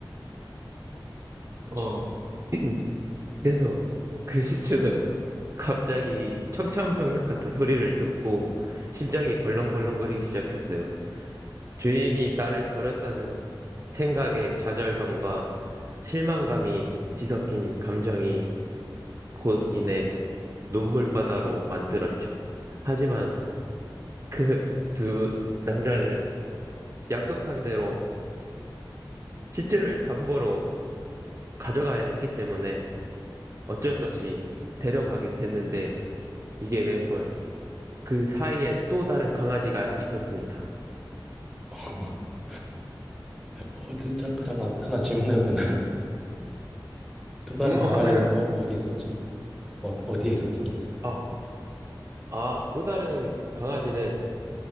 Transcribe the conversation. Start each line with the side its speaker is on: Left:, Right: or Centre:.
Right: 어, <clears throat> 그래서 그 시추는 갑자기 청천벽력 같은 소리를 듣고 심장이 벌렁벌렁거리기 시작했어요. 주인이 나를 버렸다는 생각에 좌절감과 실망감이 뒤섞인 감정이 곧 이내 눈물바다로 만들었죠. 하지만 그 두 남자는 약속한 대로 시체를 담보로 가져가야 했기 때문에 어쩔 수 없이 데려가게 됐는데 이게 웬걸 그 사이에 또 다른 강아지가 있었습니다.
Centre: <laughs> 어, 잠깐 하나 질문해도 되나? 또 다른
Right: 음, <clears throat>
Centre: 강아지는 어, 어디 있었죠? 어, 어디에 있었던 거죠?
Right: 아, 아, 또 다른 강아지는,